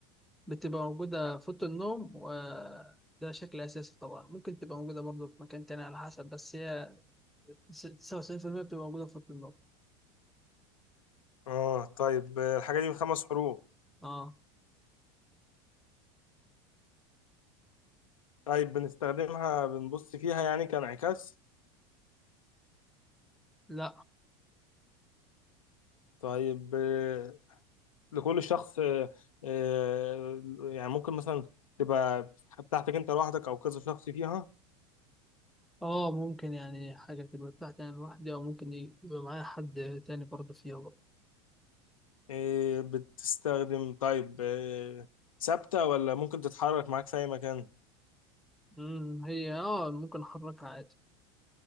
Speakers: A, in the centre; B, on the left.
A: بتبقى موجوده في اوضه النوم وده شكل اساسي طبعا ممكن تبقى موجوده برضه في مكان تاني على حسب بس هي س- 99% بتبقى موجوده في اوضه النوم
B: اه طيب آه، الحاجة دي بخمس حروف
A: اه
B: طيب بنستخدمها بنبص فيها يعني كانعكاس
A: لا
B: طيب آه، لكل شخص آه، آه، يعني ممكن مثلا تبقى بتاعتك انت لوحدك او كذا شخص فيها
A: اه ممكن يعني حاجه تبقى بتاعتي انا لوحدي او ممكن يبقى معايا حد تاني برضه فيها برضه
B: آه، بتستخدم طيب آه، ثابتة ولا ممكن تتحرك معاك في اي مكان
A: امم هي اه ممكن احركها عادي